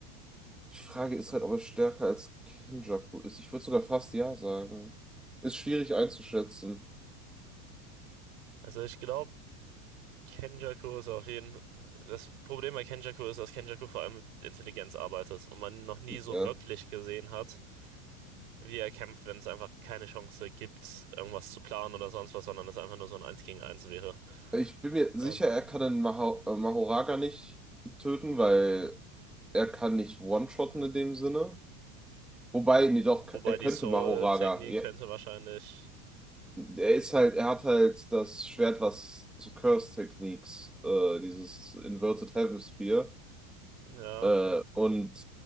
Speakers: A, in the centre; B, on the right.
A: Die Frage ist halt, ob er stärker als Kenjaku ist. Ich würde sogar fast ja sagen. Ist schwierig einzuschätzen.
B: Also ich glaube, Kenjaku ist auf jeden Das Problem bei Kenjaku ist, dass Kenjaku vor allem mit Intelligenz arbeitet und man ihn noch nie
A: Ja.
B: so wirklich gesehen hat wie er kämpft, wenn es einfach keine Chance gibt, irgendwas zu planen oder sonst was, sondern es einfach nur so ein Eins gegen Eins wäre.
A: Ich bin mir sicher,
B: Und,
A: er kann den Maho äh, Mahoraga nicht töten, weil er kann nicht one-shotten in dem Sinne. Wobei,
B: ja,
A: nee, doch,
B: wobei
A: er
B: die
A: könnte
B: Soul-Technik
A: Mahoraga. Ja,
B: könnte wahrscheinlich,
A: er ist halt, er hat halt das Schwert, was so Curse Techniques, äh, dieses Inverted Heaven Spear.
B: ja,
A: Äh, und